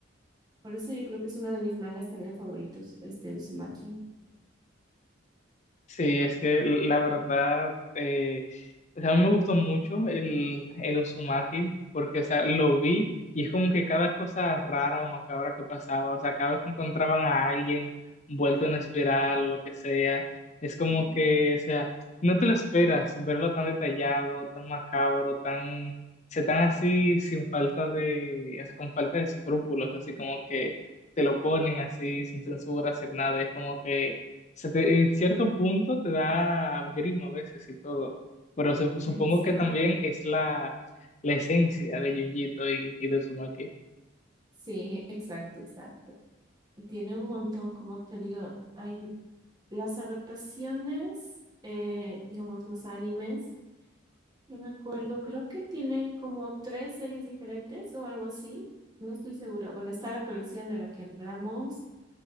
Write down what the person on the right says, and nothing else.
Por eso yo creo que es uno de mis mangas también favoritos, este Uzumaki.
Mm.
<laughs> Sí,
sí, exacto, exacto. Y tiene un montón, como te digo, hay las adaptaciones, eh, digamos, los animes. No me acuerdo, creo que tienen como tres series diferentes o algo así. No estoy segura. Bueno, está la colección de la que hablamos.